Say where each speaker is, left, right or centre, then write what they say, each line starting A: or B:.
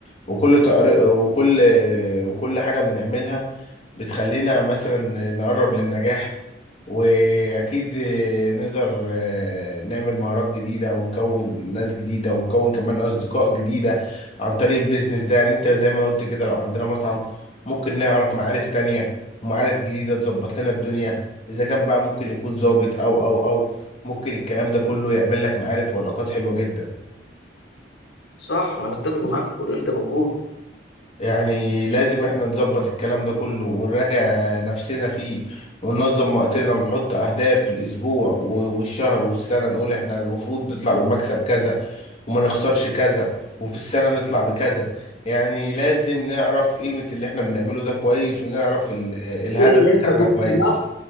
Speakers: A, on the left (about 35°); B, on the left (about 75°).
A: وكل تقري... وكل وكل حاجه بنعملها بتخلينا مثلا نقرب للنجاح واكيد نقدر نعمل مهارات جديده ونكون ناس جديده ونكون كمان اصدقاء جديده عن طريق البيزنس ده يعني انت زي ما قلت كده لو عندنا مطعم ممكن نعرف معارف تانية ومعارف جديده تظبط لنا الدنيا اذا كان بقى ممكن يكون ظابط او او او ممكن الكلام ده كله يعمل لك معارف وعلاقات حلوة جدا
B: صح انا بتفق معاك في كل اللي انت بتقوله
A: يعني لازم احنا نظبط الكلام ده كله ونراجع نفسنا فيه وننظم وقتنا ونحط اهداف في الاسبوع و- والشهر والسنة نقول احنا المفروض نطلع بمكسب كذا وما نخسرش كذا وفي السنة نطلع بكذا يعني لازم نعرف قيمة اللي احنا بنعمله ده كويس ونعرف ال- الهدف
B: كل اللي انت
A: بتاعنا
B: قلته
A: كويس
B: ده